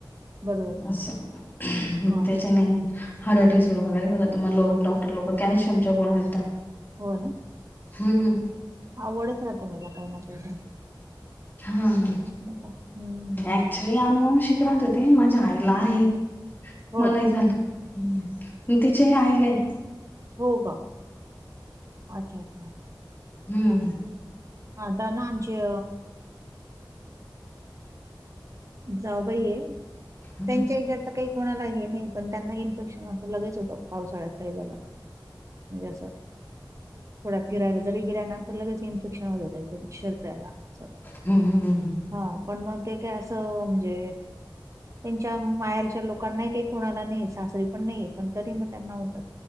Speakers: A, on the right; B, on the left.
A: बरोबर
B: अस, म
A: हा
B: त्याच्या नेऽ हाडा टिसुळ वगैरे होतात, म डॉक्टर लोक कॅल्शियमच्या गोळ्या देतात.
A: हो ना.
B: हं -हं
A: आवडच राहते मेला काही ना काही.
B: हा, हां,
A: नाही का हम्म
B: नाही अनुवानशिक राहते ते, माझ्या आईला आहे,
A: हो
B: मलाही
A: का
B: झाल. आणि तिच्याही आईलाहे.
A: हो का,, अच्छा अच्छा.
B: हम्म,
A: आताना आमचे जाऊबाई हे
B: हम्म
A: त्यांच्या हच्या काही कोणाला हे नाही पण त्यांना इन्फेक्शनहोत लगेच होत, पावसाळ्यात काही झाल का. म्हणजे अस, थोडा फिरायला जरी गेल्या ना तर लगेच इन्फेक्शन होतात, त्या शरी राला अस.
B: हम् हमम,,
A: हा, पण मग ते काय असं, म्हणजे त्यांच्या माहेरच्या लोकांना नाही कोणाला नाही, सासरी पण नाही पण तरी त्यानां होत.